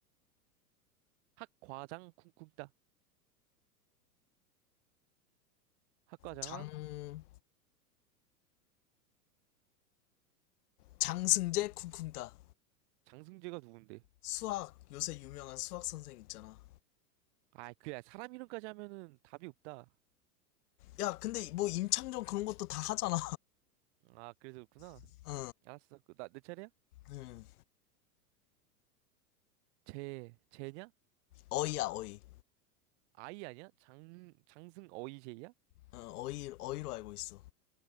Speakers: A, on the right; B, on the left.
A: 학과장 쿵쿵따. 학과장.
B: 장 장승재 쿵쿵따
A: 장승재가 누군데?
B: 수학 요새 유명한 수학 선생 있잖아
A: 아, 그래. 사람 이름까지 하면은 답이 없다.
B: 야 근데 뭐 임창정 그런 것도 다 하잖아
A: 아, 그래서 그렇구나.
B: <laughs> 응
A: 알았어. 그, 나, 내 차례야?
B: 응.
A: 재, 재냐?
B: 어이야 어이
A: 아이 아니야? 장, 장승 어이 재야?
B: 어, 어이 어이로 알고 있어